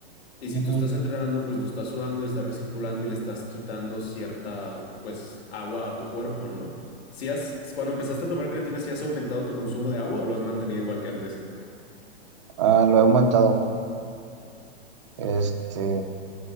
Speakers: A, on the left; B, on the right.
A: Y si
B: Ujú.
A: tú estás entrenando, pues lo estás sudando y estás recirculando y le estás quitando cierta, pues, agua a tu cuerpo, ¿no? Si has, cuando empezaste a tomar creatina, si has aumentado tu consumo de agua o lo has mantenido igual que antes?
B: Ah, lo he aumentado, este,